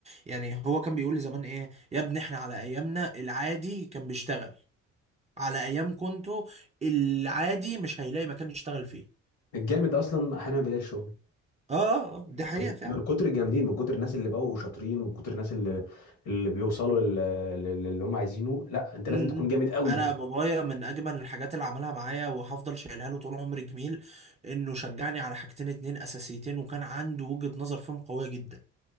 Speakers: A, on the right (about 20°); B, on the left (about 80°).
A: يعني هو كان بيقول لي زمان ايه يا ابني احنا على ايامنا العادي كان بيشتغل على ايام كنتوا العادي مش هيلاقي مكان يشتغل فيه
B: الجامد اصلا احيانا ما بيلاقيش شغل
A: اه آه، دي حقيقة
B: من
A: فعلا
B: من كتر الجامدين من كتر الناس اللي بقوا شاطرين ومن كتر الناس اللي اللي بيوصلوا لل- لل- للي هم عايزينه لا انت
A: امم
B: لازم تكون جامد قوي
A: انا بابايا من اجمل الحاجات اللي عملها معايا وهفضل شايلها له طول عمري جميل انه شجعني على حاجتين اتنين اساسيتين وكان عنده وجهة نظر فيهم قوية جدا